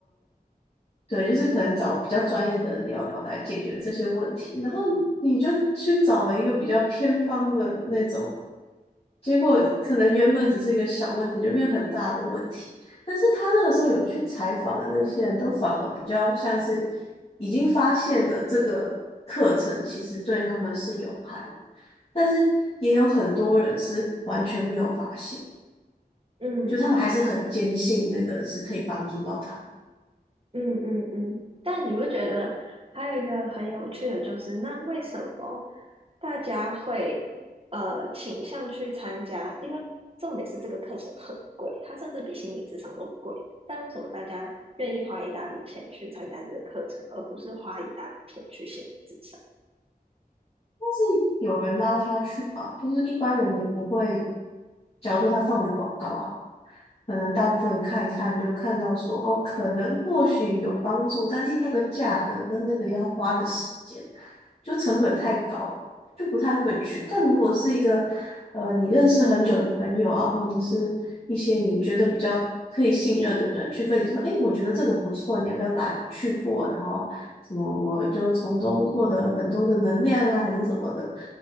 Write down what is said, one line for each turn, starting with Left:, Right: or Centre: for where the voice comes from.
Left: 对，就是可能找比较专业的人聊聊来解决这些问题，然后你就去找了一个比较偏方的那种，结果可能原本只是一个小问题，就变很大的问题。但是他那个时候有去采访的那些人都反而比较像是已经发现的这个课程其实对他们是有害的，但是也有很多人是完全没有发现，
Right: 嗯，
Left: 就他们还是很坚信那个是可以帮助到他们。
Right: 你是。嗯嗯嗯，但你不觉得还有一个很有趣的就是，那为什么大家会呃倾向去参加？因为重点是这个课程很贵，它甚至比心理智商都贵。但为什么大家愿意花一大笔钱去参加这个课程，而不是花一大笔钱去心理智商？
Left: 是有人拉他去吧，就是一般人也不会。假如说他放一个广告哈，可能大部分人看一看就看到说哦，可能或许有帮助，但是那个价格跟那个要花的时间，就成本太高，就不太会去。但如果是一个呃你认识很久的朋友啊，或者是一些你觉得比较可以信任的人去跟你说，哎，我觉得这个不错，你要不要来？我去过，然后什么我就从中获得很多的能量啊，还是什么的，